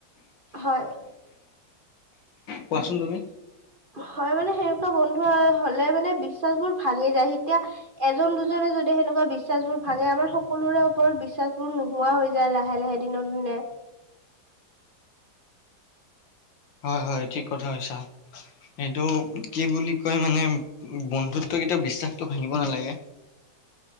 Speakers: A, on the right; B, on the left.
A: হয়
B: কোৱাচোন তুমি?
A: হয় মানে সেনেকুৱা বন্ধু হলে মানে বিশ্বাস বোৰ ভাঙি যায় এতিয়া এজন দুজনে যদি সেনেকুৱা বিশ্বাস যোন ভাঙে আমাৰ সকলোৰে ওপৰত বিশ্বাসবোৰ নোহোৱা হৈ যায় লাহে-লাহে দিনক দিনে।
B: হয়, হয় ঠিক কথা কয়চা এইটো কি বুলি কয় মানে বন্ধুত্ব কেতিয়াও বিশ্বাসটো ভাঙিব নালাগে।